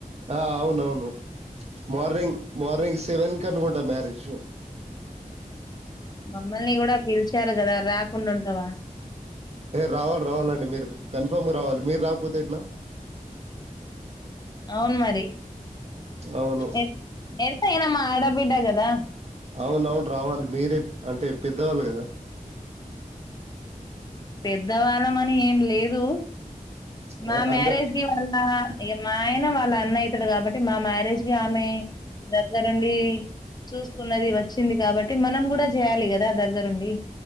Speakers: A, on the right (about 45°); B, on the left (about 30°).
A: ఆ అవునవును మార్నింగ్, మార్నింగ్ సెవెన్ కనుకుంటా. మ్యారేజ్
B: మమ్మల్ని గుడా పిలిచారు గదా రాకుండుంటామా!
A: ఏ రావాలి, రావాలండి మీరు కన్ఫామ్ రావాలి. మీరు రాకపోతే ఎట్లా?
B: అవున్ మరి
A: అవును
B: ఎ ఎంతైనా మా ఆడ బిడ్డ గదా!
A: అవునవును రావాలి మీరే అంటే పెద్దవాళ్ళు గదా
B: పెద్దవాళ్ల మని ఏం లేదు, మా
A: ఆ,
B: మ్యారేజ్
A: అంద
B: కి వాళ్ల ఇగ మా ఆయన వాళ్ళ అన్న అయితాడు కాబట్టి, మా మ్యారేజ్కి ఆమె దగ్గరుండి. చూసుకున్నది. వచ్చింది కాబట్టి మనం కూడా చేయ్యాలి కదా! దగ్గరుండి.